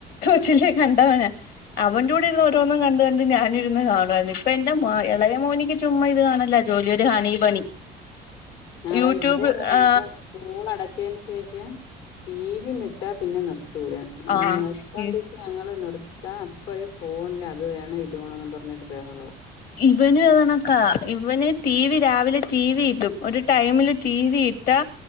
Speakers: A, on the left; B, on the left.
A: ച്ചിലെ കണ്ടവനാ അവന്റെ കൂടെ ഇരുന്ന് ഓരോന്നും കണ്ട് കണ്ട് ഞാനിരുന്ന് കാണുവായിരുന്നു ഇപ്പൊ എന്റെ മോ എളയ മോനിക്ക് ചുമ്മ ഇത് കാണല ജോലി ഒരു ഹണി ബണി
B: ആ
A: യൂട്യൂബ്
B: താ ഇവിടേം അങ്ങനെണ്
A: ആ
B: പ്പോ സ്കൂൾ അടച്ചേന് ശേഷം ടി വി ന്നിട്ടാ പിന്നെ നിർ തൂല
A: ആ
B: ഏ നിപ്പന്തച്ച
A: ഇ-
B: ഞങ്ങള് നിർ ത്താ അപ്പഴും ഫോണില് അത് വേണം ഇത് വേണോന്ന് പറഞ്ഞിട്ട് ബഹളാ
A: ഇവന് അതണക്കാ ഇവന് ടി വി രാവിലെ ടി വി ഇടും ഒരു ടൈമില് ടി വി ഇട്ടാ